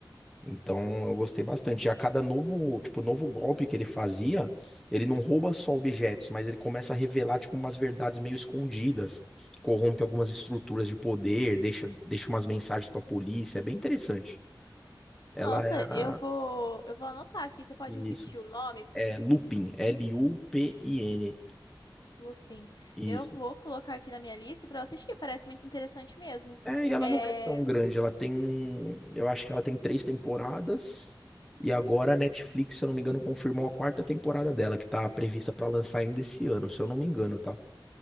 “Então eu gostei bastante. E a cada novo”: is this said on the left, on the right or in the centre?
Centre